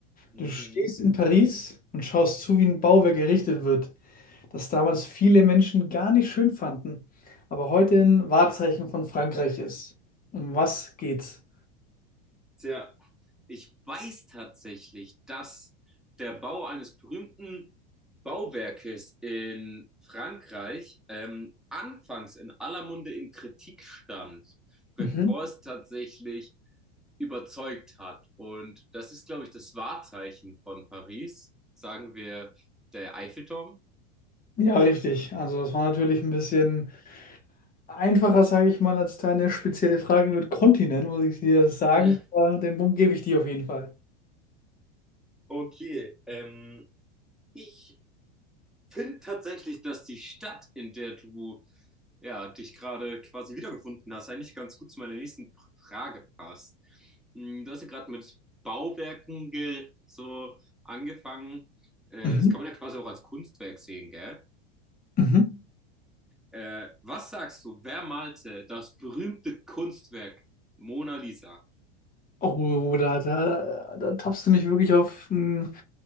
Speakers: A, in the centre; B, on the left.
A: Mhm.
B: Du stehst in Paris und schaust zu, wie ein Bauwerk errichtet wird, das damals viele Menschen gar nicht schön fanden, aber heute ein Wahrzeichen von Frankreich ist. Um was geht's?
A: Tja, Ich weiß tatsächlich, dass der Bau eines berühmten Bauwerkes in Frankreich ähm, anfangs in aller Munde in Kritik stand, bevor
B: Mhm.
A: es tatsächlich überzeugt hat. Und das ist, glaube ich, das Wahrzeichen von Paris, sagen wir der Eiffelturm.
B: Ja, richtig. Also, das war natürlich ein bisschen. einfacher, sage ich mal, als deine spezielle Frage mit Kontinent, muss ich dir sagen.
A: <laughs>
B: Aber den Punkt gebe ich dir auf jeden Fall.
A: Okay, ähm, ich finde tatsächlich, dass die Stadt, in der du ja, dich gerade quasi wiedergefunden hast, eigentlich ganz gut zu meiner nächsten Frage passt. Hm, Du hast ja gerade mit Bauwerken ge so angefangen. Äh,
B: Mhm.
A: das kann man ja quasi auch als Kunstwerk sehen, gell?
B: Mhm.
A: Äh, was sagst du, wer malte das berühmte Kunstwerk Mona Lisa?
B: Oh, da, da, da tappst du mich wirklich auf den